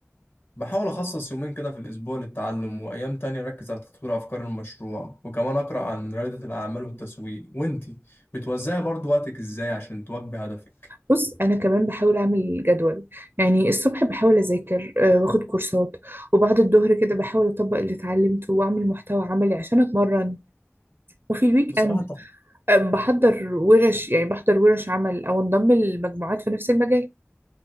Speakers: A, on the left; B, on the right.
A: بحاول أخصص يومين كده في الأسبوع للتعلم وأيام تانية أركز على تطوير أفكار المشروع وكمان أقرأ عن ريادة الأعمال والتسويق وإنتي بتوزعي برضو وقتك إزاي عشان تواكبي هدفك؟
B: بص انا كمان بحاول اعمل جدول يعني الصبح بحاول اذاكر آه، واخد كورسات وبعد الظهر كده بحاول اطبق اللي اتعلمته واعمل محتوى عملي عشان اتمرن وفي الويك
A: بصراحة
B: اند آه، بحضر ورش يعني بحضر ورش عمل او انضم لمجموعات في نفس المجال